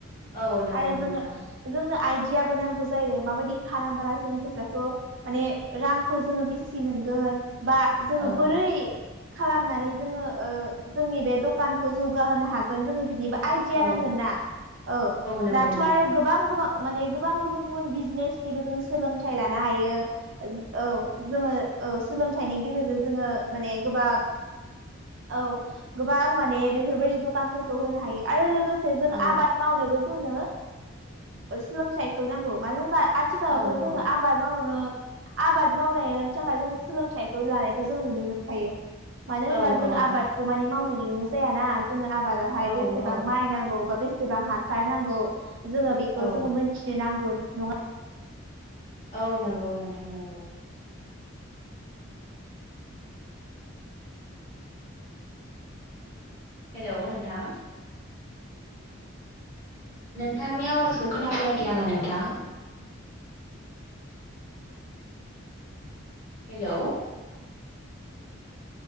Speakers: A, on the left; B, on the right.
A: औ नंगौ
B: आरो
A: नोंथां
B: जोंनो जोंनो आइदियाबो नांगौ जायो माबायदि खालामबाला जोङो फैसाखौ माने रांखौ जोङो बिसि मोनगोन बा जोंङो
A: औ
B: बोरै खालामनानै जोंङो जोंनि बे दखानखौ जौगाहोनो हागोन जोंङो बिनि बा आइडिया
A: औ
B: नांगोन ना औ
A: नंगौ
B: दाथ'
A: नोंथां
B: आरो गोबां गोबां माने गोबां गुबुन गुबुन बिजनेसनिबो जों सोलोंथाइ लानो हायो। औ जोंङो औ सोलोंथाइनि गेजेरजों जोंङो माने गोबां औ गोबां माने बेफोरबायदि दखानफोरखौ होनो हायो आरो लोगो बे जों
A: औ
B: आबाद मावनोबो जोंनो सोलोंथाइखौ नांगौ मानो होनबा आथिखालावथ'
A: औ औ
B: जोंङो आबाद मावनो आबाद मावनायनि थाखाय जोंङो सोलोंथाइखौ लानायखौ जोंङो नुनो मोनखायो। मानो
A: औ
B: होनबा जों
A: औ
B: आबादखौ माने मावनाय जोंङो जायाना जोंङो आबादावहाय
A: औ
B: बेसेबां माइ नांगौ बा बेसेबां एसेबां हासार नांगौ जोंङो बेखौ
A: औ
B: जोंङो मोनथिनो नांगौ नंङा
A: औ नंगौ नोंथां नंगौ हेलौ नोंथां नोंथांनि आवाजखौ खोनाफैयाखै आंङो नोंथां हेलौ